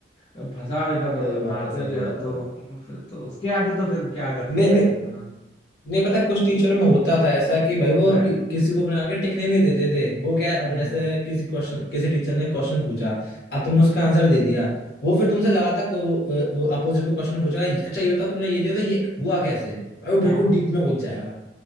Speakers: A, on the left (about 30°); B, on the left (about 60°).
A: अब फंसा देता था
B: सही
A: तो मारते
B: बात है सही
A: थे
B: बात
A: अब तो
B: है
A: फिर तो उसके आगे तो फिर क्या कर सकता
B: नहीं नहीं
A: है इंसान अब
B: नहीं पता कुछ टीचरों में होता था ऐसा
A: <laughs>
B: कि भाई
A: होता
B: वो
A: है
B: कि, किसी को बना के टिकने नहीं देते थे वो क्या है, अब
A: हम्म
B: जैसे किसी क्वेश्चन किसी टीचर ने क्वेश्चन पूछा अब तुमने उसका आंसर दे दिया वो फिर तुमसे लगातार को- वो, वो अपोजिट में क्वेश्चन पूछेगा "ये- अच्छा ये बताओ तुमने ये दिया तो ये हुआ कैसे भाई वो बिल्कुल
A: हाँ
B: डीप में घुस जाएगा